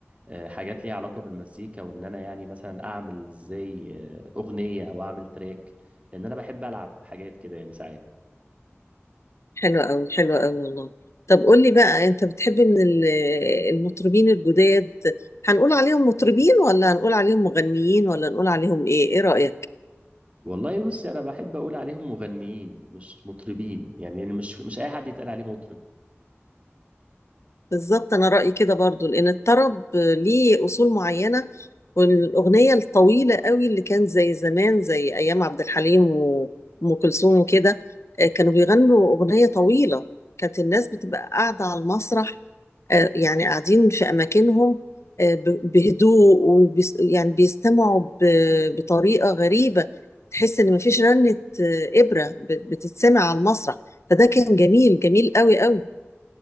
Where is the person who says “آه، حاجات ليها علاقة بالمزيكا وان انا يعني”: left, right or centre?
Right